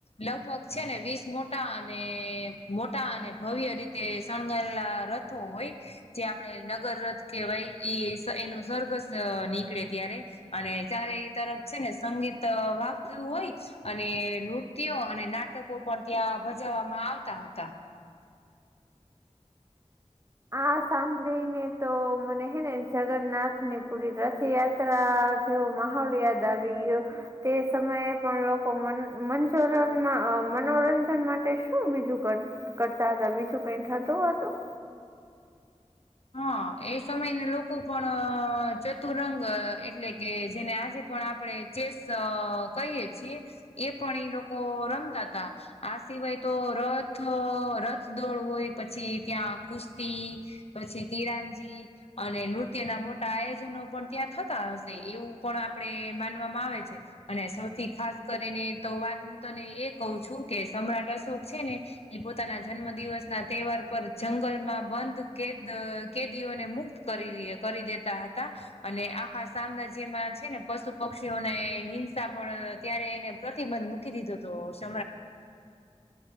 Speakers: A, on the left; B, on the right.
A: લગભગ છે ને વીસ મોટા અને મોટા અને ભવ્ય રીતે શણગારેલા રથો હોય. જે આપણે નગર રથ કહેવાય એ એનું સ્વર્ગ નીકળે ત્યારે અને જયારે એ તરફ છે ને સંગીત વાક્યું હોય. અને નૃતયો અને નાટકો પણ ત્યાં ભજાવવામાં આવતા હતા.
B: આ સાંભળીને તો મને હે ને જગન્નાથની પૂરી રથયાત્રા જેવો માહોલ યાદ આવી ગયો. તે સમયે પણ લોકો મ મંજરનમાં મનોરંજન માટે શું બીજું કર કરતા હતા બીજું કઈ થતું હતું?
A: હા એ સમયને લોકો પણ ચતુરંગ એટલે કે જેને આજે પણ આપણેે ચેસ કહીએ છીએ એ પણ એ લોકો રમતા તા. આ સિવાય તો રથ રથ દોડ હોય પછી ત્યાં કુસ્તી પછી તિરાનજી અને નૃત્યના મોટા આયોજનો પણ ત્યાં થતા હશે એવું પણ આપડે માનવામાં આવે છે. અને સૌથી ખાસ કરીને તો વાત હું તને એ કહું છું કે સમ્રાટ અશોક છે ને એ પોતાના જન્મ દિવસ ના તહેવાર પર જંગલમાં બંધ કેદ કેદીઓને મુક્ત કરી કરી દેતા હતા અને આખા સામના જેમાં છે ને પશુ પક્ષીઓને હિંસા પણ ત્યારે એને પ્રતિબંધ મૂકી દીધો તો <unintelligible>